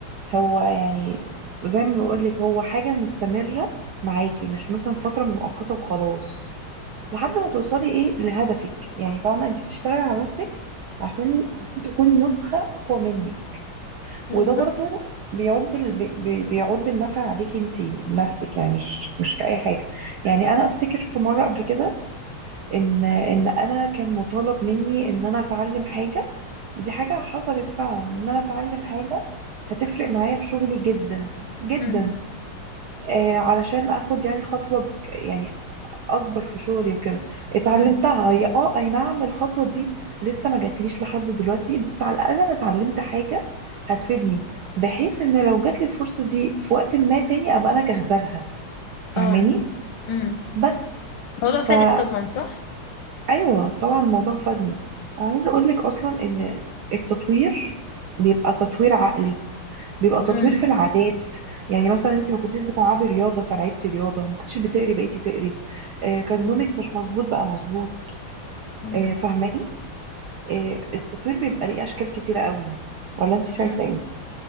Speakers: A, on the right; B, on the left.
A: هو يعني زي ما بقول لك هو حاجة مستمرة معاكي مش مثلا فترة مؤقتة وخلاص لحد ما توصلي ايه لهدفك يعني فاهمة انت بتشتغلي على نفسك عشان عشان تكوني نسخة أقوى منك
B: بالظبط
A: وده برضو بيعود بال... بي... بي- بيعود بالنفع عليكي انت نفسك يعني مش مش كأي حاجة يعني أنا أفتكر في مرة قبل كده إن إن أنا كان مطالب مني إن أنا أتعلم حاجة دي حاجة حصلت فعلا إن أنا أتعلم حاجة هتفرق معايا في شغلي جدا جدا
B: امم
A: آه علشان اخد يعني خطوة ج- يعني اكبر في شغلي وكده اتعلمتها
B: امم
A: هي اه اي نعم الخطوة دي لسه ما جاتليش لحد دلوقتي بس على الاقل انا اتعلمت حاجة هتفيدني بحيث ان لو جاتلي الفرصة دي في وقت ما تاني ابقى انا جاهزة لها
B: اه
A: فاهماني
B: امم
A: بس
B: الموضوع فادك
A: فا
B: طبعا صح
A: ايوه طبعا الموضوع فادني انا عايزة اقولك اصلا ان التطوير بيبقى تطوير عقلي بيبقى تطوير
B: امم
A: في العادات يعني مثلا انت ما كنتيش بتلعبي رياضه فلعبتي رياضه ما كنتيش بتقري بقيتي تقري آه كان نومك مش مظبوط بقى مظبوط
B: مم.
A: آه فاهماني آه التطوير بيبقى ليه اشكال كتيره قوي ولا انت شايفه
B: آه.
A: ايه